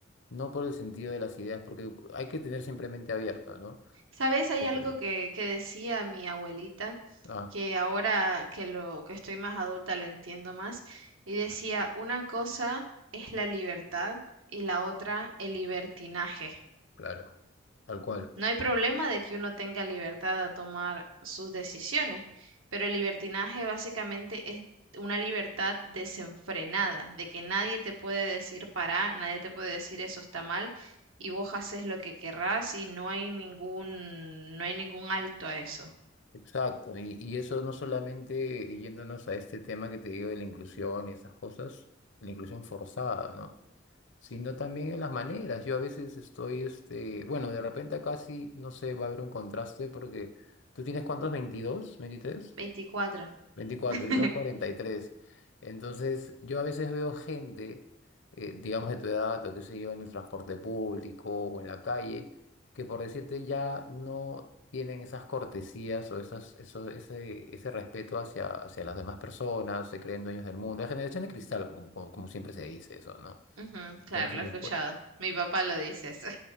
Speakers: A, on the left; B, on the right.
A: no por el sentido de las ideas, porque hay que tener siempre mente abierta, ¿no?
B: ¿Sabes? Hay
A: Ujú.
B: algo que, que decía mi abuelita,
A: Ah,
B: que ahora que lo que estoy más adulta lo entiendo más, y decía, una cosa es la libertad y la otra el libertinaje.
A: claro, tal cual.
B: No hay problema de que uno tenga libertad a tomar sus decisiones, pero el libertinaje básicamente es una libertad desenfrenada, de que nadie te puede decir para, nadie te puede decir eso está mal y vos haces lo que querrás y no hay ningún, no hay ningún alto a eso.
A: Exacto, y, y eso no solamente yéndonos a este tema que te digo de la inclusión y esas cosas, la inclusión forzada, ¿no? Sino también en las maneras. Yo a veces estoy, este, bueno, de repente acá sí, no sé, va a haber un contraste porque tú tienes cuántos, 22, 23?
B: Veinticuatro,
A: 24,
B: <laughs>
A: yo tengo cuarenta y tres Entonces, yo a veces veo gente, eh, digamos de tu edad o qué sé yo, en el transporte público o en la calle, que por decirte ya no tienen esas cortesías o esas, eso, ese, ese respeto hacia, hacia las demás personas, se creen dueños del mundo. La generación de cristal, como, como, como siempre se dice eso, ¿no?
B: Ujú,
A: Y
B: claro,
A: que no se
B: lo
A: les
B: he escuchado.
A: puede,
B: Mi papá lo dice eso.